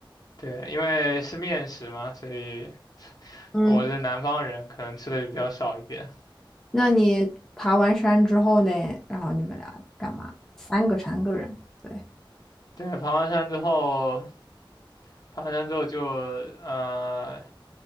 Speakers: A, on the left (about 45°); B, in the centre.
A: 对，因为是面食嘛，所以
B: 嗯，
A: 我是南方人，可能吃的比较少一点。
B: 那你爬完山之后呢？然后你们俩干嘛？三个三个人，对，
A: 对，爬完山之后，爬完山之后就呃